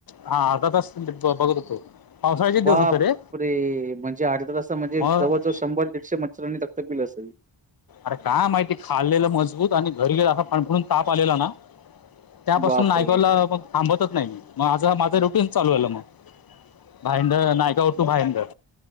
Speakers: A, on the left; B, on the right.
A: हा अर्धा तास बघत होतो. पावसाळ्याचे
B: बापरे!
A: दिवस होते रे
B: म्हणजे अर्धा तासता म्हणजे
A: मग
B: जवळ जवळ शंभर दीडशे म्ह- सरांनी दत्तक दिलं असेल.
A: अरे काय माहिती खाल्लेलं मजबूत आणि घरी गेलं असा फणफणून ताप आलेला ना. त्यापासून
B: बापरे!
A: नायगवला मग थांबतच नाही मग माझं माझं रुटीन चालू आहेलं मग. भायंंदर नायगाव टू भाईंदर